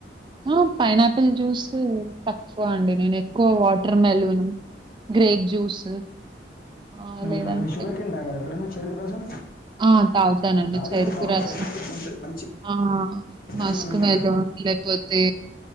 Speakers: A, on the right (about 25°); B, on the left (about 55°).
A: అ పైనాపిల్ జూస్ ఎక్కువ అండి నేను ఎక్కువ వాటర్ మెలూన్ గ్రేప్ జ్యూస్ ఆ
B: హ్మ్.
A: లేదంటే
B: షుగర్ కేన్ తాగారా ఎప్పుడైనా? చెరుకు రసం?
A: ఆ తాగుతానండి
B: అది
A: చేరుకు
B: గూడా బావుంటది.
A: రాస
B: తీయగుంటది మంచి
A: ఆ మస్క్
B: హ్మ్.
A: మేదం లేకపోతే